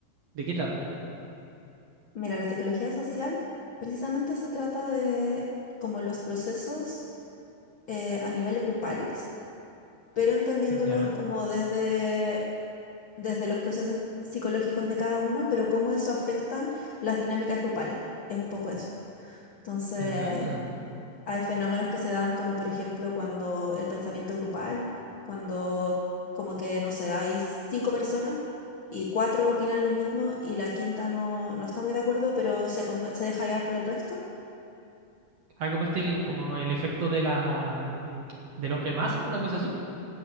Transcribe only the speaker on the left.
Mira, la psicología social precisamente se trata de como los procesos eh, a niveles grupales, pero entendiéndolos
como desde desde los procesos psicológicos de cada uno, pero cómo eso afectan las dinámicas grupales. Es un poco eso. Entonces,
hay fenómenos que se dan como por ejemplo cuando el pensamiento grupal, cuando como que, no sé, hay cinco personas y cuatro opinan lo mismo y la quinta no, no está muy de acuerdo, pero se, conven- se deja llevar por el resto.